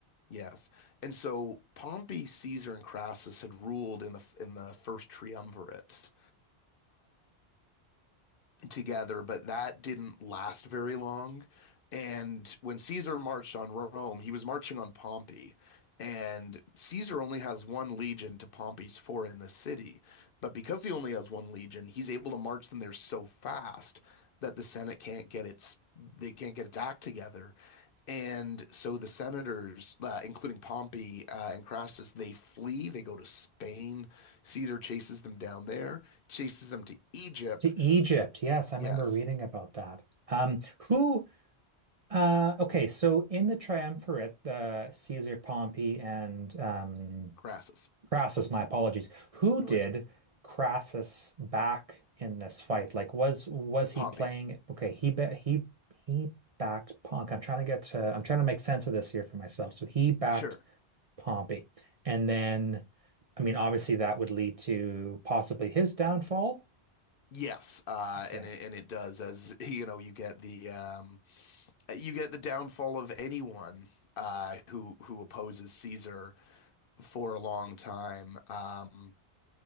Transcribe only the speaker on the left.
yes, and so Pompey, Caesar, and Crassus had ruled in the in the first triumvirate. together, but that didn't last very long. And when Caesar marched on Rome, he was marching on Pompey. And Caesar only has one legion to Pompey's four in the city. But because he only has one legion, he's able to march them there so fast that the Senate can't get its they can't get its act together. And so the senators, uh, including Pompey uh, and Crassus, they flee. They go to Spain. Caesar chases them down there, chases them to Egypt.
Yes.
Crassus.
No
worries.
Pompey.
Sure.
Yes, uh,
and it, and it does as <laughs> you know you get the um, you get the downfall of anyone uh, who who opposes Caesar for a long time, um,